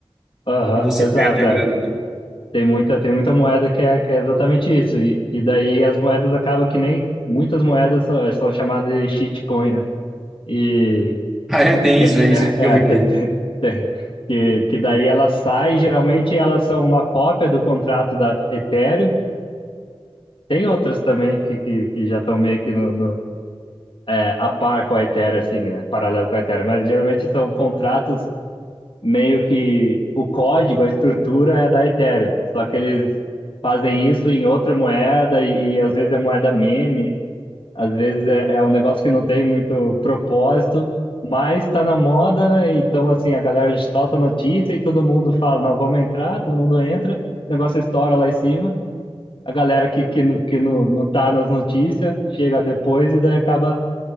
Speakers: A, on the left; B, in the centre.
A: aham,
B: e você
A: exato.
B: perde a
A: é.
B: grana, né? <laughs>
A: Tem muita, tem muita moeda que é, que é exatamente isso. E, e daí as moedas acabam que nem muitas moedas são, são chamadas de shitcoin, né? E,
B: Ah, é, tem
A: e
B: isso,
A: é,
B: é isso
A: é, é,
B: que eu vi.
A: <laughs> tem-
B: aí,
A: tem-
B: né?
A: tem- que, que daí elas saem, geralmente elas são uma cópia do contrato da Ethereum. Tem outras também que, que, que já estão meio que no, no, é, a par com a Ethereum, assim, né? Paralelo com a Ethereum, mas geralmente são contratos meio que o código, a estrutura é da Ethereum. Só que eles fazem isso em outra moeda e, e às vezes é moeda meme, às vezes é, é um negócio que não tem muito propósito, mas tá na moda, né? Então, assim, a galera solta notícia e todo mundo fala, não, vamos entrar, todo mundo entra, o negócio estoura lá em cima. A galera que, que, não- que não, não tá nas notícias chega depois e daí acaba,